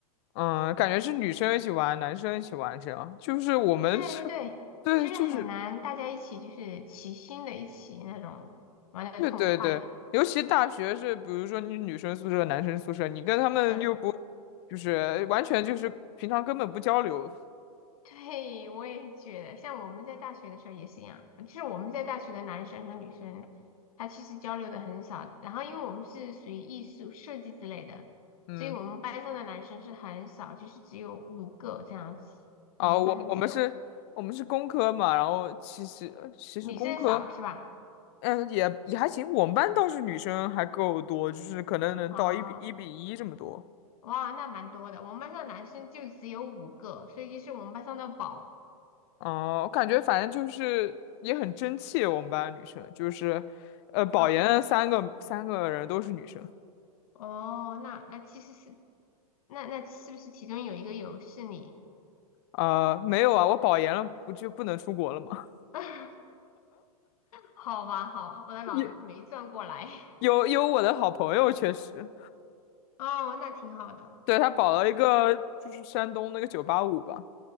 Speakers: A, on the left (about 45°); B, on the left (about 70°).
A: 嗯，感觉是女生一起玩，男生一起玩，这样，就是我们是，
B: 对对对，
A: <laughs> 对，
B: 就是很难大家一起就是齐心的一起那种玩的痛快的，
A: 就是对对对，尤其大学是，比如说你女生宿舍、男生宿舍，你跟他们又不，
B: 嗯。
A: 就是完全就是平常根本不交流，
B: 对，我也觉得，像我们在大学的时候也是一样，就是我们在大学的男生和女生，他其实交流的很少。然后，因为我们是属于艺术设计之类的，
A: 嗯，
B: 所以我们班上的男生是很少，就是只有五个这样子。
A: 啊，
B: 我们班上只有
A: 我我们是，我们是工科嘛，然后其实呃其实工科。
B: 女生少是吧？
A: 嗯，也也还行。我们班倒是女生还够多，就是可能能到一比一比一这么多。
B: 啊、哇，那蛮多的。我们班上的男生就只有五个，所以就是我们班上的宝。
A: 哦、我感觉反正就是也很争气。我们班女生就是，呃，保研的三个三个人都是女生。
B: 嗯，哦，那那其实是，那那是不是其中有一个有是你？
A: 啊，没有啊，我保研了不就不能出国了吗？
B: <laughs> 好吧，好吧，我的脑子没转过来。
A: <laughs> 有
B: <laughs>
A: 有有我的好朋友确实，
B: 哦，那挺好的，
A: 对，他保了一个就是山东那个九八五吧。
B: 那挺，